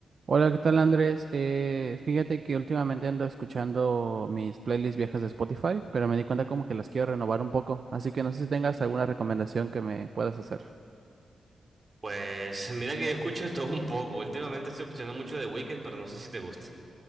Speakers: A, on the right; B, on the right.
A: Hola, ¿qué tal Andrés? Eh, fíjate que últimamente ando escuchando mis playlists viejas de Spotify, pero me di cuenta como que las quiero renovar un poco, así que no sé si tengas alguna recomendación que me puedas hacer.
B: Pues <laughs> mira que yo escucho de todo un poco. Últimamente estoy escuchando mucho de Weeknd, pero no sé si te gusta.